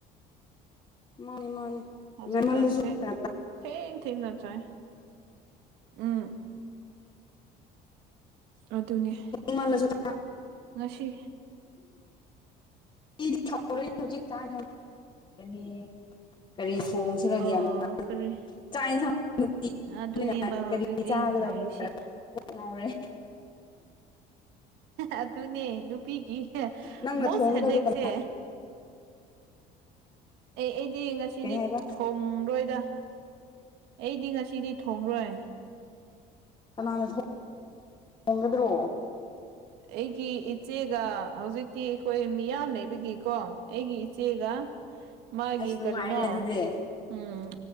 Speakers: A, on the left; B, on the right.
A: ꯃꯥꯅꯤ ꯃꯥꯅꯤ
B: ꯍꯧꯖꯤꯛꯀꯥꯟꯁꯦ
A: ꯅꯦꯝꯃꯜꯂꯁꯨ ꯐꯔꯛ ꯇꯥ
B: ꯊꯦꯡ ꯊꯦꯡ ꯅꯠꯇ꯭ꯔꯥꯢ ꯎꯝ ꯑꯗꯨꯅꯦ
A: ꯏꯪꯃꯜꯂꯁꯨ ꯇ
B: ꯉꯁꯤ
A: ꯗꯤ ꯍꯧꯔꯅꯤ ꯍꯧꯖꯤꯛ ꯆꯅꯤ ꯄꯅꯦ ꯀꯔꯤ ꯊꯣꯡꯁꯤꯔ
B: ꯑꯣ
A: ꯒ꯭ꯌꯥꯟ ꯇ
B: ꯀꯔꯤ
A: ꯆꯥꯛ ꯑꯦꯟꯖꯥꯡ ꯅꯨꯡꯇꯤꯅꯤꯅ
B: ꯑꯗꯨꯅꯦꯕ ꯍꯧꯖꯤꯛ
A: ꯀꯔꯤ
B: ꯑꯩꯅ
A: ꯆꯥꯒꯗ
B: ꯍꯥꯏꯔꯤꯁꯦ
A: ꯀꯣꯛ ꯉꯥꯎꯔꯦ
B: ꯑꯗꯨꯅꯦ ꯅꯨꯄꯤꯒꯤ
A: ꯅꯪꯅ
B: ꯃꯣꯁ
A: ꯊꯣꯡꯒꯗꯕ꯭ꯔꯣ
B: ꯍꯦꯗꯦꯛꯁꯦ
A: ꯀꯅꯥ
B: ꯑꯩ ꯑꯩꯗꯤ ꯉꯁꯤꯗꯤ
A: ꯀꯩ ꯍꯥꯏꯕ
B: ꯊꯣꯡꯔꯣꯢꯗ ꯑꯩꯗꯤ ꯉꯁꯤꯗꯤ ꯊꯣꯡꯔꯣꯢ
A: ꯀꯅꯥꯅ ꯊꯣꯡ ꯊꯣꯡꯒꯗ꯭ꯔꯣ
B: ꯑꯩꯒꯤ ꯏꯆꯦꯒ ꯍꯧꯖꯤꯛꯇꯤ ꯑꯩꯈꯣꯢ ꯃꯤꯌꯥꯝ ꯂꯩꯕꯒꯤꯀꯣ ꯑꯩꯒꯤ ꯏꯆꯦꯒ ꯃꯥꯒꯤ
A: ꯑꯁ ꯅꯨꯡꯉꯥꯏꯔꯦ
B: ꯀꯔꯤꯅꯣ
A: ꯑꯗꯨꯗꯤ
B: ꯎꯝ